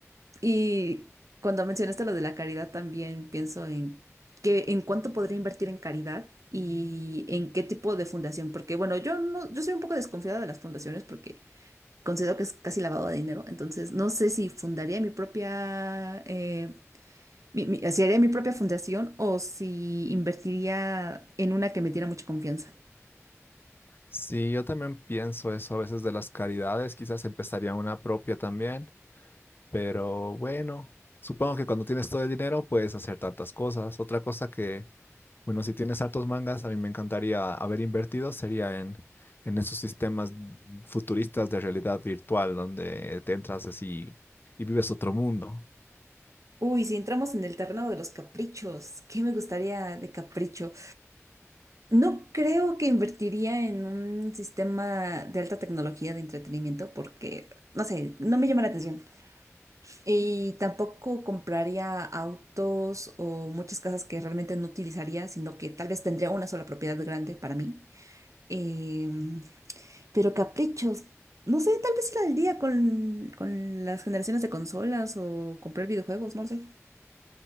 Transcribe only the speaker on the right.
Y cuando mencionaste lo de la caridad, también pienso en que, en cuánto podría invertir en caridad y en qué tipo de fundación. Porque, bueno, yo no, yo soy un poco desconfiada de las fundaciones porque considero que es casi lavado de dinero. Entonces, no sé si fundaría mi propia eh, mi- mi- si haría mi propia fundación o si invertiría en una que me diera mucha confianza.
Uy, si entramos en el terreno de los caprichos, ¿qué me gustaría de capricho? No creo que invertiría en un sistema de alta tecnología de entretenimiento porque, no sé, no me llama la atención. Y tampoco compraría autos o muchas casas que realmente no utilizaría, sino que tal vez tendría una sola propiedad grande para mí. Eh, Pero caprichos, no sé, tal vez ir al día con, con las generaciones de consolas o comprar videojuegos, no lo sé.